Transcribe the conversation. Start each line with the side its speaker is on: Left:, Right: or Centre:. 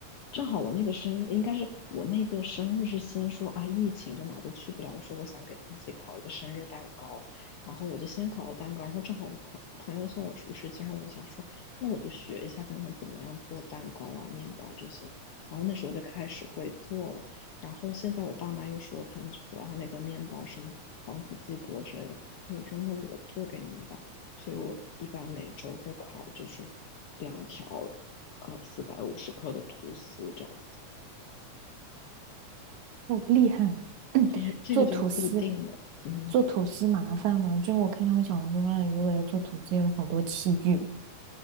Left: 正好我那个生日应该是我那个生日是先说啊，疫情就哪都去不了。我说我想给自己烤一个生日蛋糕，然后我就先烤了蛋糕，然后正好我朋朋友送我厨师机，然后我就想说，那我就学一下看看怎么样做蛋糕啊、面包这些。然后那时候就开始会做了。然后现在我爸妈又说，他们就说啊，那个面包什么防腐剂多之类的。我说那我做给你们吧。所以我一般每周会烤就是两条呃四百五十克的吐司这样子，
Right: 好厉害啊！<clears throat>
Left: 就是这个就是固定的。
Right: 做吐司，
Left: 嗯，
Right: 做吐司麻烦吗？就是我看他们小红书上，如果要做吐司，有好多器具，